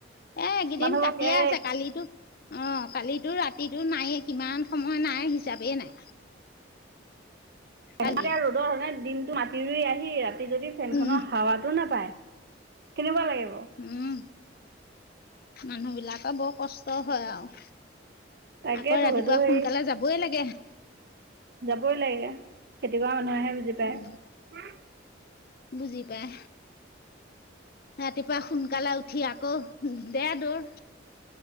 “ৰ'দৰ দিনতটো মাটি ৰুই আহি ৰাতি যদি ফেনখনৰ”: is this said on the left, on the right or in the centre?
Right